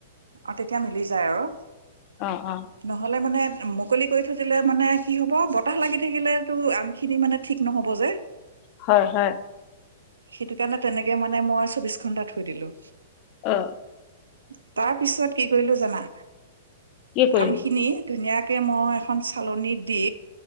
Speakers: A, on the right (about 70°); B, on the left (about 35°).
A: আৰু তেতিয়া মিলি যায় আৰু
B: অ অ
A: নহ'লে মানে মুকলি কৰি থৈ দিলে মানে কি হ'ব? বতাহ লাগি থাকিলেটো আমখিনি মানে ঠিক নহ'ব যে।
B: হয়-হয়।
A: সেইটো কাৰণে তেনেকে মানে মই চৌবিশ ঘন্টাত থৈ দিলো।
B: অ',
A: <inaudible> তাৰ পিছত কি কৰিলো জানা?
B: কি কৰিবি
A: আমখিনি ধুনীয়াকে তাকে মই এখন চালনীত দি